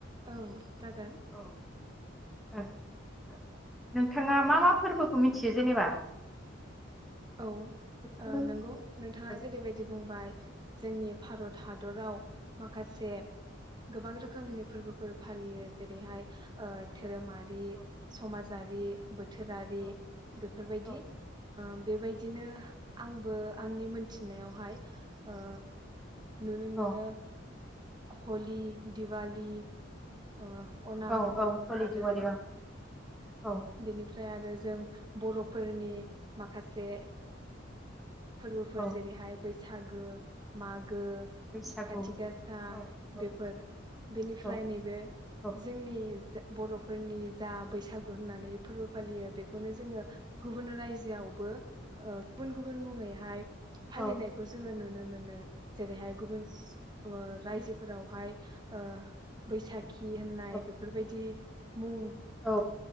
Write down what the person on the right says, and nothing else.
ओं जागोन।
औ
नंगौ नोंथाङा
जेरैबायदि बुंबाय। जोंनि भारत हादराव माखासे गोबां रोखोमनि फोरबोफोर। फालियो जेरैहाय ओ धोरोमारि
समाज जारि बोथोरारि
बेफोरबायदि।
बेबायदिनो आंबो आंनि थिननायावहाय ओ नुनो मानो।
हलि, दिवालि ओ अनाम
आरो
बिनि ओमफ्राय आरो जों बर'फोरनि माखासे फोरबोफोर
जेरैहाय बैसागु। सागो मागो गो
खाथि गासा
बेफोर बेनिफ्राय
नैबे
जोंनि बर'फोरनि जा बैसागु होननानै फोरबो फालियो बेखौनो जोङो गुबुन रायजो जोआवबो ओ गुबुन गुबुन मुङैहाय फालिनायखौ
जोङो नुनो मोनो जेरैहाय गुबुन ओ रायजोफोरावहाय ओ बैसाग खि होननाय
बेफोरबायदि बुं